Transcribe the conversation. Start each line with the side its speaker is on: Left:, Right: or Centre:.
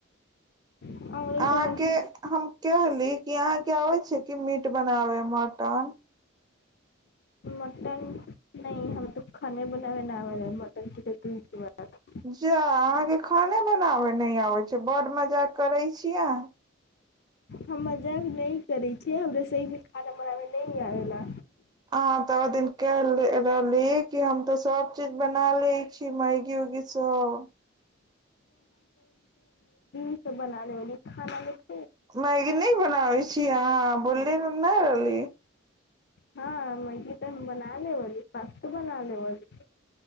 Left: अमरी
Right: अहाँके
Left: तऽ नहीं
Right: हम कहली कि अहाँके आबे छै कि मीट बनाबे मटन- -
Left: <inaudible>
Right: <inaudible>
Left: हम तो खाने बनाबै नहि आबै हे मटन। <inaudible>
Right: जा अहाँके खाने बनाबे नहि आबै छै, बड़ मजाक करे छियै अह- -
Left: हम जब नहि करैत छियै, हमरे सही मे खाना बनाबे नहि आवै ला।
Right: अहाँ तऽ ओ दिन केेले रहली कि हम त सब चीज बना ली। भी मायगी उगी सब- -
Left: किछो बना लेबली खाना में --
Right: मैगी नहि बनाबै छीय अहाँ बोलली नहि रहली।
Left: हँ, मैगी तऽ हम बना लेबी पासतो बना लेबी।